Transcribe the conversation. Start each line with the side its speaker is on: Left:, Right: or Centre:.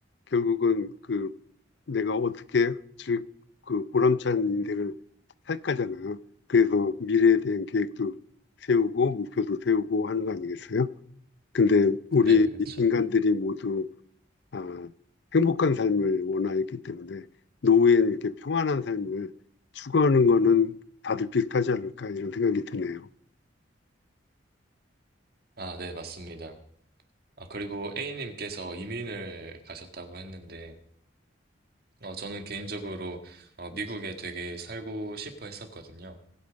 Left: 결국은 그 내가 어떻게 즐, 그 보람찬 인생을 살까잖아요. 그래서 미래에 대한 계획도 세우고 목표도 세우고 하는 거 아니겠어요? 근데 우리
Right: 네네, 그렇죠.
Left: 인간들이 모두 아, 행복한 삶을 원하기 때문에 노후에는 이렇게 평안한 삶을 추구하는 거는 다들 비슷하지 않을까 이런 생각이 드네요.
Right: 아, 네, 맞습니다. 아, 그리고 A님께서 이민을 가셨다고 했는데, 어, 저는 개인적으로 어, 미국에 되게 살고 싶어 했었거든요.